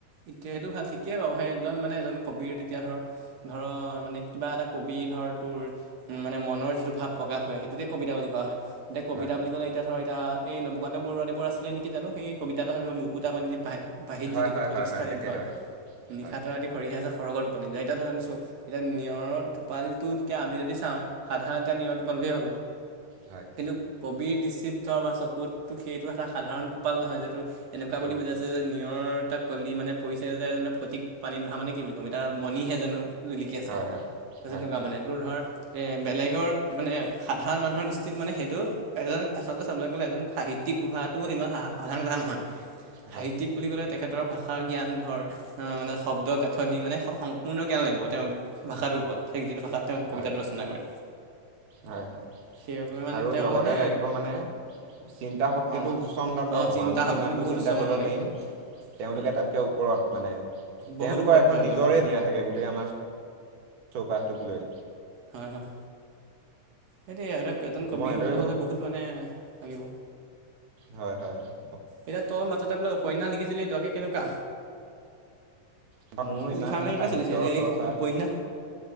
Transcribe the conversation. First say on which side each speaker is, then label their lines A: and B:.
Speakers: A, on the right (about 60°); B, on the right (about 75°).
A: এতিয়া সেইটো ভাল ঠিকেই বাৰু সেইজন মানে এজন কবিৰ তেতিয়া ধৰ ধৰ মানে কিবা এটা কবি ধৰ তোৰ। মানে মনৰ যিটো ভাৱ প্ৰকাশ কৰে সেইটোতে কবিতা বুলি কোৱা হয় এতিয়া কবিতা
B: হয়
A: বুলি ক'লে এতিয়া ধৰক এতিয়া। এই নবকান্ত বৰুৱাদেৱৰ আছিলে নেকি জানো সেই কবিতা এটা চাবি মকুতা মণিটিৰ পাহি পাহিত
B: হয় হয়
A: জিলিকে
B: হয়
A: স্ফটিক
B: হয় হয়
A: পানী
B: তেখেতৰে
A: ধোৱা নিশা
B: হয়
A: তৰাদি সৰিহে যায় সৰগৰ টোপনি যোৱা এতিয়া ধৰি আনিছোঁ। এতিয়া নিয়ৰৰ টোপালটো যেতিয়া আমি যদি চাওঁ, সাধাৰণতে নিয়ৰৰ টোপাল বুলিয়ে ভাবোঁ।
B: হয়
A: কিন্তু কবিৰ দৃষ্টিত থোৱা চকুত টো সেইটো এটা সাধাৰণ টোপাল নহয় যিটো এনেকুৱা
B: এইটো
A: বুলি বুজাইছে যে নিয়ৰ এটা। কলি মানে পৰিছে যে ফটিক পানী ধোৱা মানে কি বুলি ক'ম এতিয়া মণিহে জানো জিলিকি আছে!
B: হয় হয়
A: কৈছে
B: হয়
A: তেনেকুৱা মানে তোৰ ধৰ এ বেলেগৰ মানে, সাধাৰণ মানুহৰ দৃষ্টিত মানে, সেইটো এজন আচলতে, চাবলৈ গ'লে, এজন সাহিত্যিক হোৱাটো ইমান সা সাধাৰণ কথা নহয়
B: হয়
A: সাহিত্যিক বুলি ক'লে তেখেতৰ ভাষাৰ জ্ঞান ধৰ অ', মানে শব্দ গাঁঠনি মানে স সম্পূৰ্ণ জ্ঞান লাগিব তেওঁ ভাষাটোৰ ওপৰত ঠিক যিটো ভাষা তাত তেওঁ
B: হয়
A: কবিতাটো ৰচনা কৰে।
B: হয়, হয়,
A: সেইবাবে মানে
B: আৰু
A: তেওঁ
B: লগতে
A: মানে
B: লাগিব মানে। চিন্তা শক্তিটো
A: অঁ
B: উচ্চম দণ্ডৰ
A: অঁ
B: হ'ব
A: চিন্তা
B: আমি যিমানটো
A: শক্তিটো বহুত
B: চিন্তা
A: উচ্চ
B: কৰিব
A: মানৰ লাগিব
B: পাৰিম, তেওঁলোকে
A: উম
B: তাত কে ওপৰত মানে
A: বহুত
B: তেওঁলোকৰ
A: উপদ্ৰৱ
B: এখন নিজৰে
A: বা
B: দ থাকে, গোটেই আমাৰ চৌ চৌপাশটোক লৈ।
A: হয়-হয়, সেইটোৱে আৰু এতিয়া এজন কবি
B: মই এইদৰে
A: হ'বলৈ হ'লে বহুত মানে লাগিব।
B: হয়-হয়, হ
A: এতিয়া তই মাজতে বোলে উপন্যাষ লিখিছিলি <inaudible> কেনেকুৱা?
B: <unintelligible> মোৰ ইমান
A: লিখাবিলাক
B: সাহিত্য
A: কেনেকুৱা চলিছে এই
B: চৰ্চাৰ।
A: উপন্যাস